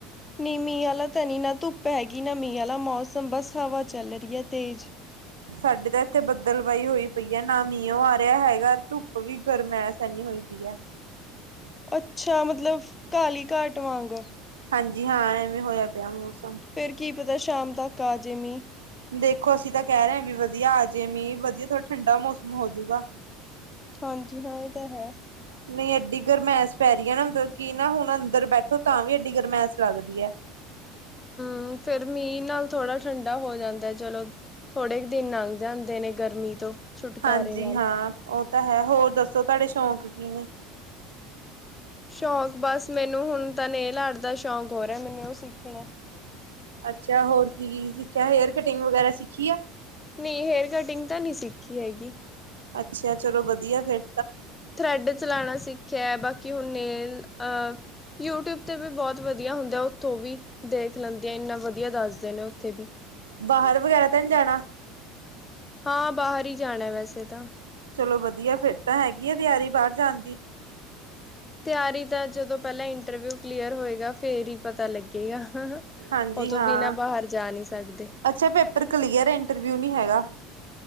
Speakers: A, on the left; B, on the right.
A: ਨੀ ਮੀਂਹ ਆਲਾ ਤੇ ਨਹੀਂ ਨਾ ਧੁੱਪ ਹੈਗੀ ਨਾ ਮੀਂਹ ਆਲਾ ਮੌਸਮ ਬਸ ਹਵਾ ਚੱਲ ਰਹੀ ਹੈ ਤੇਜ਼।
B: ਸਾਡੇ ਤਾਂ ਇੱਥੇ ਬੱਦਲਵਾਈ ਹੋਈ ਪਈ ਹੈ ਨਾ ਮੀਹਓ ਆ ਰਿਹਾ ਹੈਗਾ ਧੁੱਪ ਵੀ ਗਰਮੈਸ਼ ਐਨੀ ਹੋਈ ਪਈ। ਦੀ ਹੈ।
A: ਅੱਛਾ ਮਤਲਬ ਕਾਲੀ ਘਾਟ ਵਾਂਗ।
B: ਹਾਂਜੀ ਹਾਂ, ਐਵੇਂ ਹੋਇਆ ਪਿਆ ਮੂੰਸ।
A: ਫੇਰ ਕੀ ਪਤਾ ਸ਼ਾਮ ਤੱਕ ਆਜੇ ਮੀਂਹ।
B: ਦੇਖੋ ਅਸੀਂ ਤਾਂ ਕਹਿ ਰਹੇ ਹ ਵੀ ਵਧੀਆ ਆ ਜੇ ਮੀਂਹ ਵਧੀਆ ਥੋੜਾ ਠੰਢਾ ਮੌਸਮ ਹੋਜੂਗਾ।
A: ਹਾਂਜੀ ਹਾਂ ਇਹ ਤਾਂ ਹੈ
B: ਨਹੀਂ ਐਡੀ ਗਰਮੈਂਸ਼। ਪੈਰੀਆਂ ਨਾ ਮਤਲਬ ਕਿ ਨਾ ਹੁਣ ਅੰਦਰ ਬੈਠੋ ਤਾਂ ਵੀ ਐਡੀ ਗਰਮੈਸ ਲੱਗਦੀ ਹੈ।
A: ਹਮ ਫੇਰ ਮੀਂਹ ਨਾਲ ਥੋੜਾ ਠੰਡਾ ਹੋ ਜਾਂਦਾ ਚਲੋ ਥੋੜੇ ਕੁ ਦਿਨ ਲੰਘ ਜਾਂਦੇ ਨੇ ਗਰਮੀ ਤੋਂ। ਛੁਟਕਾਰੇ
B: ਹਾਂਜੀ
A: ਨਾਲ
B: ਹਾਂ, ਉਹ ਤਾਂ ਹੈ, ਹੋਰ ਦੱਸੋ ਤੁਹਾਡੇ ਸ਼ੌਕ ਕੀ ਨੇ?
A: ਸ਼ੌਕ ਬਸ ਮੈਨੂੰ ਹੁਣ ਤਾਂ ਨੇਲ ਦਾ ਆਰਟ ਦਾ ਸ਼ੌਕ ਹੋ ਰਿਹਾ ਹੈ ਮੈਨੂੰ ਉਹ ਸਿੱਖਣਾ।
B: ਅੱਛਾ ਹੋਰ ਕੀ ਕੀ ਸਿੱਖਿਆ ਹੇਅਰ ਕਟਿੰਗ ਵਗੈਰਾ ਸਿੱਖੀ ਆ?
A: ਨਹੀਂ ਹੇਅਰ ਕਟਿੰਗ ਤਾਂ ਨਹੀਂ ਸਿੱਖੀ ਹੈਗੀ
B: ਅੱਛਾ ਚਲੋ ਵਧੀਆ ਫੇਰ।
A: ਥਰੈਡ ਚਲਾਣਾ ਸਿੱਖਿਆ ਬਾਕੀ ਹੁਣ ਨੇਲ ਅ। ਯੂ ਟਿਊਬ ਤੇ ਵੀ ਬਹੁਤ ਵਧੀਆ ਹੁੰਦਾ ਉੱਥੋਂ ਉਹ ਵੀ ਦੇਖ ਲੈਂਦੀ ਆ ਇੰਨਾ ਵਧੀਆ ਦੱਸਦੇ ਨੇ। ਵੀ
B: ਬਾਹਰ ਵਗੈਰਾ ਤੇ ਨਹੀਂ ਜਾਣਾ?
A: ਹਾਂ ਬਾਹਰ ਹੀ ਜਾਣਾ ਹੈ ਵੈਸੇ ਤਾਂ।
B: ਚਲੋ ਵਧੀਆ, ਫਿਰ ਤਾਂ ਹੈਗੀ ਆ ਤਿਆਰੀ ਬਾਹਰ ਜਾਣ ਦੀ।
A: ਤਿਆਰੀ ਦਾ ਜਦੋਂ ਪਹਿਲਾਂ ਇੰਟਰਵਿਊ ਕਲੀਅਰ ਹੋਏਗਾ। ਫੇਰ ਹੀ ਪਤਾ ਲੱਗੇਗਾ।
B: ਹਾਂਜੀ
A: ਉਹ ਤੋਂ
B: ਹਾਂ,
A: ਬਿਨਾਂ ਬਾਹਰ ਜਾ ਨਹੀਂ ਸਕਦੇ
B: ਅੱਛਾ ਪੇਪਰ ਕਲੀਅਰ ਇੰਟਰਵਿਊ ਨੀ ਹੈਗਾ।